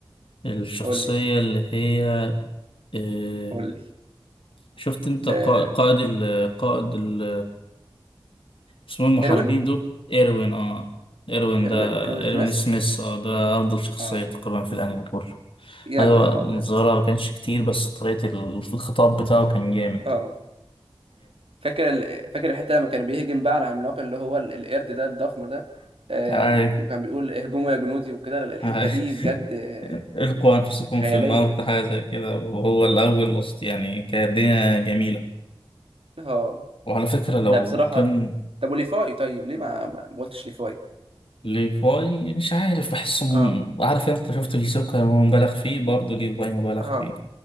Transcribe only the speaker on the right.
قول لي
قول لي
آه
اروين
اروين
اروين
سميث
اه
يا
نهار ابيض
اه فاكر ال... فاكر الحته لما كان بيهجم بقى على العملاق اللي هو ال... القرد ده الضخم ده آه
وكان بيقول اهجموا يا جنودي وكده الحته
دي بجد آه،
خياليه
اه
لا بصراحه
طب وليفاي طيب ليه ما ما ما قلتش ليفاي
اه
اه